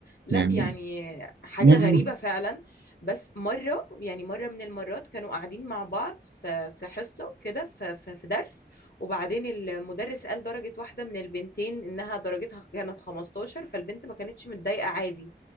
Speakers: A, on the left (about 65°); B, on the right (about 70°).
A: لا
B: يعني
A: يعني حاجة
B: م- م.
A: غريبة فعلا بس مرة يعني مرة من المرات كانوا قاعدين مع بعض في في حصة كده في في في درس وبعدين المدرس قال درجة واحدة من البنتين إنها درجتها كانت 15 فالبنت ما كانتش متضايقة عادي